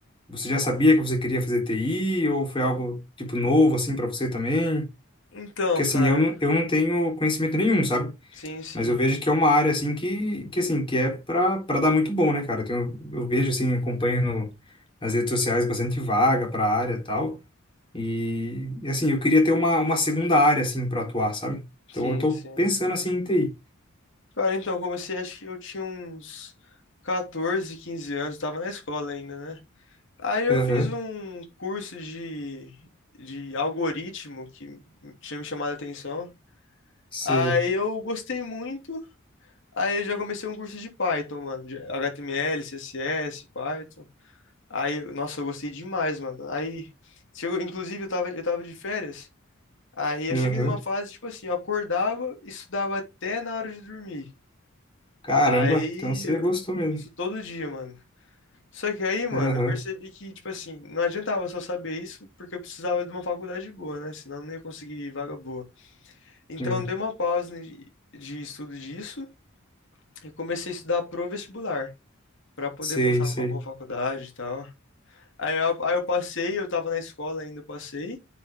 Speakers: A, on the left; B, on the left.
A: Você já sabia que você queria fazer TI ou foi algo, tipo, novo, assim, pra você também?
B: Então,
A: Porque, assim,
B: cara.
A: eu não, eu não tenho conhecimento nenhum, sabe?
B: Sim, sim.
A: Mas eu vejo que é uma área, assim, que, que assim, que é pra, pra dar muito bom, né, cara? Eu, tenho- eu vejo, assim, acompanho no- nas redes sociais bastante vaga pra área e tal. E, e, assim, eu queria ter uma, uma segunda área, assim, para atuar, sabe? Então
B: Sim,
A: eu tô
B: sim.
A: pensando, assim, em TI.
B: Cara, então, eu comecei, acho que eu tinha uns 14, 15 anos. Tava na escola ainda, né? Aí eu
A: Aham,
B: fiz um curso de, de algoritmo que tinha me chamado a atenção.
A: sei.
B: Aí eu gostei muito. Aí eu já comecei um curso de Python, mano. de HTML, CSS, Python. Aí, nossa, eu gostei demais, mano. Aí, chegou, inclusive, eu tava, eu tava de férias. Aí eu
A: Aham.
B: cheguei numa fase, tipo assim, eu acordava, e estudava até na hora de dormir.
A: Caramba,
B: Aí,
A: então você
B: eu-
A: gostou mesmo.
B: isso todo dia, mano. Só que aí, mano,
A: Aham,
B: eu percebi que, tipo assim, não adiantava só saber isso, porque eu precisava de uma faculdade boa, né? Senão eu não ia conseguir vaga boa. Então,
A: sim.
B: eu dei uma pausa de, de estudo disso e comecei a estudar pro vestibular, pra poder
A: Sei,
B: passar
A: sei.
B: numa boa faculdade e tal. Aí eu, aí eu passei, eu tava na escola ainda, eu passei.